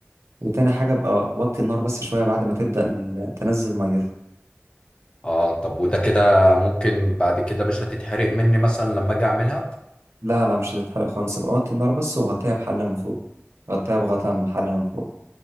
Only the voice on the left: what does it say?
اه طب وده كده ممكن بعد كده مش هتتحرق مني مثلا لما اجي اعملها